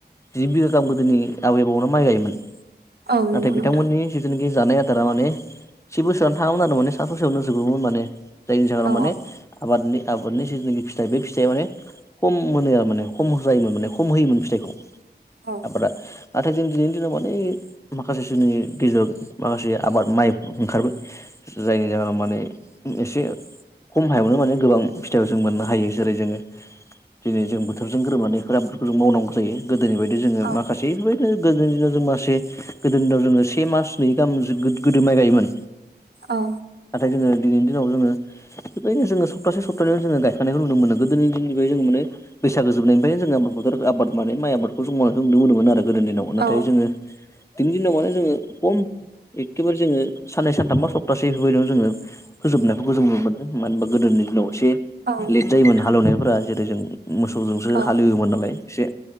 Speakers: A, on the left; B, on the right.
A: जि बिघा गाहाम गोदोनि आबै आबौयानो माइ गायोमोन
B: औ नंगौ
A: नाथाय
B: नोंथां
A: बिथांमोननि जिथुनोखि जानाय आदारा माने से बोसोरानो थाङामोन आरो माने सा ससेयावनो जोबोमोन माने जायनि जाहोनाव
B: औ
A: माने आबादनि आबादनि जिथुनोखि फिथाइ बे फिथाइया माने खम मोनो आरो माने खम होलायोमोन माने खम होयोमोन फिथाइखौ
B: औ
A: आबादा नाथाय जों दिनैनि दिनाव माने माखासे जोंनि गेजेराव माखासे आबाद माइ ओंखारबाय जायनि जाहोनाव माने ओम एसे खम हायावनो माने गोबां फिथाइखौ जों मोननो हायो जेरै जोङो दिनै जों बोथोरजों गोरोबनानै फोरामफोरखौ जों मावनांगौ जायो गोदोनि बायदि जोङो
B: औ
A: माखासेबो ओ गोदोनि दिनाव जों मासे गोदोनि दिनाव जोङो से मास नै गाहाम गोदो माइ गायोमोन
B: औ
A: नाथाय जोङो दिनिनि दिनाव जोङो बेबायदिनो जोङो सप्तसे सप्तानैयाव जोङो गायखांनायखौ नुनो मोनो गोदोनिदिनिफ्राय जोङो माने बैसागो जोबनायनिफ्राय जोङो बो-बोथोर आबाद माने माइ आबादखौ जों मावनायखौ नुनो मोनोमोन आरो गोदोनि दिनाव नाथाय
B: औ
A: जोङो दिनिनि दिनाव माने जोङो खम एकेबारे जोङो साननै सान्थाम बा सप्तासे बेफोरबायदिनो जोङो फोजोबनायखौबो जों नुनो मोनो मानो होनबा गोदोनि दिनाव एसे
B: औ नंगौ
A: लेट जायोमोन
B: नोंथां
A: हालेवनायफोरा जेरै जों मोसौजोंसो
B: औ
A: हालेवोमोन नालाय एसे